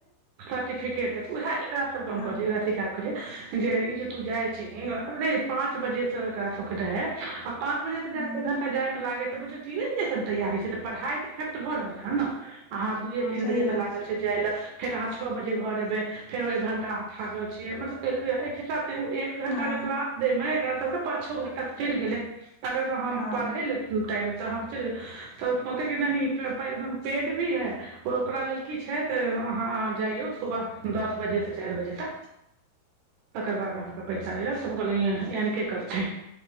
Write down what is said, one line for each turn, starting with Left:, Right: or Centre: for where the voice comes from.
Right: सर्टिफिकेट देत उएह एकरा सब क
Left: हँ
Right: कहलएह स जे ई जे तू जाइ छी पाँच बजे से ओकरा सबके रहै आ पाँच बजे से
Left: हँ
Right: जा जाय मे लागै तऽ बुझियौ तीने बजेस तैयी छै तऽ पढ़ाइ तऽ लिखाइ त भऽ रहल हन ने अहाँ दूए
Left: हँ
Right: तीन
Left: सही
Right: बजे से
Left: बात
Right: लागल छै जाय ले आँहा छो बजे घर ऐबे फेर एक घण्टा आँहा थाकल छिये मतलब एक हिसाब से एक घंटा
Left: हँ
Right: के क्लास छै ने एकरा सभ के पाँच छौ घण्टा त चयल गले तकर बाद
Left: हँ
Right: पढाय ले कोनो टाइम कहलके की नहि पेड भी है ओकरा लेल की छै तऽ अहाँ जइयौ सुबह दस बजेसँ चारि बजे तक तकर बाद अहाँके पैसा दैत तऽ कहलै एन केे करते